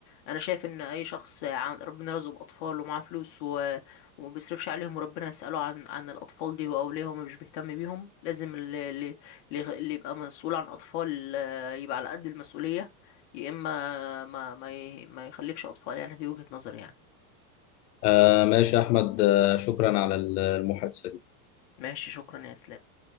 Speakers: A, on the left; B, on the left.
A: انا شايف ان اي شخص عن ربنا رزقه باطفال ومعاه فلوس و... وما بيصرفش عليهم وربنا يساله عن عن الاطفال دي واولياءهم مش بيهتم بيهم لازم اللي, اللي, اللي يبقى مسؤول عن اطفال آه، يبقى على قد المسؤوليه يا اما ما ما, ي... ما يخلفش اطفال يعني دي وجهه نظري يعني
B: آه، ماشي يا احمد آه، شكرا على المحادثه دي
A: ماشي شكرا يا اسلام